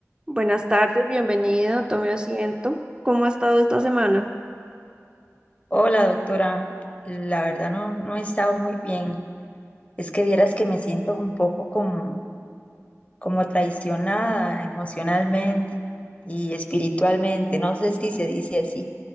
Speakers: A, on the right; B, on the left.
A: Buenas tardes, bienvenido, tome asiento. ¿Cómo ha estado esta semana?
B: Hola, doctora. La verdad no, no he estado muy bien. Es que vieras que me siento un poco como, como traicionada emocionalmente y espiritualmente. No sé si se dice así.